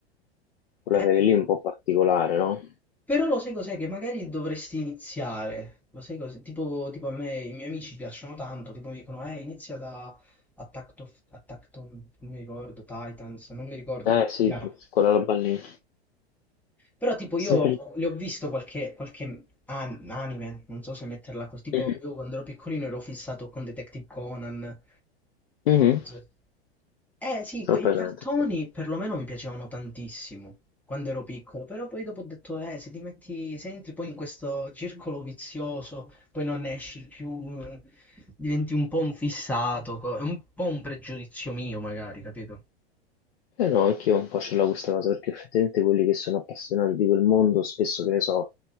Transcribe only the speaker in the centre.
Eh,
però lo sai cos'è? Che magari dovresti iniziare. Lo sai cos'è? Tipo, tipo a me i miei amici piacciono tanto, tipo mi dicono, eh, inizia da Attack of, Attack on- non mi ricordo, Titans, non mi ricordo
come si
chiama.
Però tipo
io
le ho visto qualche, qualche an- anime, non so se metterla così, tipo
io quando ero piccolino ero fissato con Detective Conan,
Non so se eh sì,
quei
cartoni perlomeno mi piacevano tantissimo quando ero piccolo, però poi dopo ho detto, eh, se ti metti, se entri poi in questo circolo vizioso, poi non ne esci più, eh, diventi un po' un fissato, co- è un po' un pregiudizio mio magari, capito?